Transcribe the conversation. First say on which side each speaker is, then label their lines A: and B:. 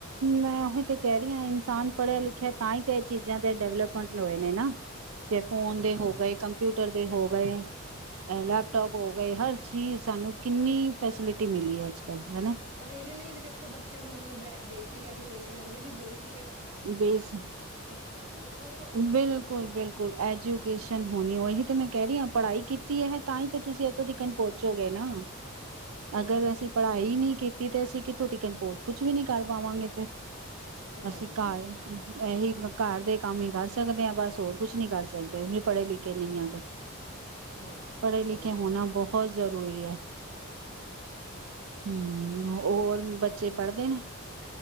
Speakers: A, on the right; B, on the right.
A: ਮੈਂ ਉਹੀ ਤੇ ਕਹਿ ਰਹੀ ਇਨਸਾਨ
B: ਹੂੰ
A: ਪੜ੍ਹਿਆ ਲਿਖਿਆ ਤਾਂ ਹੀ ਤੇ ਇਹ ਚੀਜ਼ਾਂ ਦੇ ਡਿਵਲਪਮੈਂਟ ਹੋਏ ਨੇ ਨਾ। ਜੈ ਫੋਨ
B: ਸਹੀ
A: ਦੇ
B: ਗੱਲ
A: ਹੋ
B: ਹੈ
A: ਗਏ, ਕੰਪਿਊਟਰ ਤੇ ਹੋ ਗਏ
B: ਹੂੰ
A: ਲੈਪਟੋਪ ਹੋ ਗਈ ਹਰ ਚੀਜ਼ ਸਾਨੂੰ ਕਿੰਨੀ ਫੈਸਿਲਿਟੀ ਮਿਲੀ ਹੈ ਅੱਜ ਕੱਲ ਹਨਾ।
B: ਪਰ ਇਹਦੇ ਲਈ ਵੀ ਦੇਖੋ ਬੱਚੇ ਨੂੰ ਮਤਲਬ ਬ ਬੇਸਿਕ ਐਜੂਕੇਸ਼ਨ ਆਉਣੀ ਜਾੜਦੀ। ਬੇਸ
A: ਬੇਸ
B: ਆਉਂਦੀ ਹੈ ਨਾ ਉਹ ਤਾਂ ਉੱਥੋਂ
A: ਬਿਲਕੁਲ
B: ਹੀ ਸਿੱਖੂਗਾ
A: ਬਿਲਕੁਲ
B: ਬੱਚਾ
A: ਐਜੂਕੇਸ਼ਨ ਹੋਣੀ ਉਹੀ ਤੇ ਮੈਂ ਕਹਿ ਰਹੀ ਹਾਂ ਪੜ੍ਹਾਈ ਕੀਤੀ ਹੈ।
B: ਹੂੰ
A: ਤਾਂ ਹੀ ਤੇ ਤੁਸੀਂ ਇਥੋਂ ਟਿਕਣ ੋ <inaudible> ਚੁਗਨੇ
B: ਸਹੀ
A: ਅਗਰ
B: ਗੱਲ
A: ਅਸੀਂ
B: ਹੈ।
A: ਪੜ੍ਹਾਈ ਨਹੀਂ ਤੇ ਅਸੀਂ ਕਿੱਥੋਂ ਟਿਕਣ ਪੇ, ਕੁਛ ਵੀ ਨੀ ਕਰ ਪਾਵਾਂਗੇ ਫਿਰ।
B: ਹਾਂ
A: ਅਸੀਂ
B: <inaudible>
A: ਘਰ ਇਹੀ ਘਰ ਦੇ ਕੰਮ ਹੀ <unintelligible> ਸਕਦੇ ਹਾਂ। ਬਸ ਹੋਰ ਕੁਛ ਨੀ ਕਰ ਸਕਦੇ ਵੀ ਪੜ੍ਹੇ ਲਿਖੇ ਨਹੀਂ ਆ ਤੇ
B: ਹੂੰ
A: ਪੜ੍ਹੇ
B: ਸਹੀ
A: ਲਿਖੇ
B: ਕਿਹਾ
A: ਹੋਣਾ
B: ਤੁਸੀਂ
A: ਬਹੁਤ ਜ਼ਰੂਰੀ ਹੈ। ਹੂੰ ਹੋਰ ਬੱਚੇ ਪੜ੍ਹਦੇ ਨੇ?